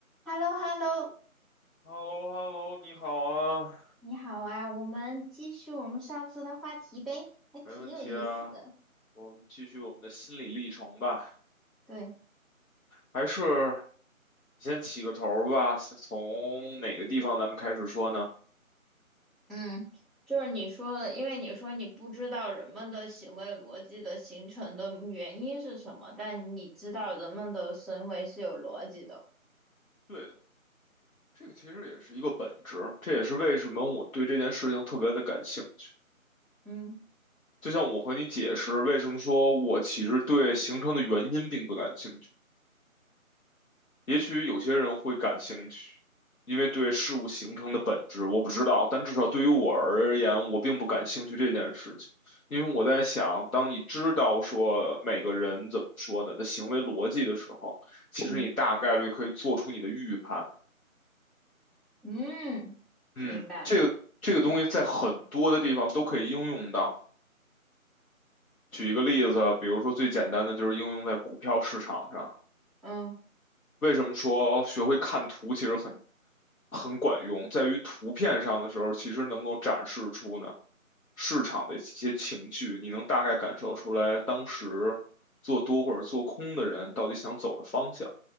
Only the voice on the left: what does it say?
h e l l o h e l l o 你好啊，
没问题啊，我们继续我们的心理历程吧。
还是你先起个头儿吧，从哪个地方咱们开始说呢？
对的，这个其实也是一个本质，这也是为什么我对这件事情特别的感兴趣。
就像我和你解释为什么说我其实对形成的原因并不感兴趣。也许有些人会感兴趣，因为对事物形成的本质我不知道，但至少对于我而言，我并不感兴趣这件事情。因为我在想，当你知道说每个人怎么说的的行为逻辑的时候，其实你大概率可以做出你的预判。
嗯，
这个这个东西在很多的地方都可以应用到。举一个例子，比如说最简单的就是应用在股票市场上。
为什么说学会看图其实很很管用，在于图片上的时候，其实能够展示出呢市场的一些情绪，你能大概感受出来当时做多或者做空的人到底想走的方向。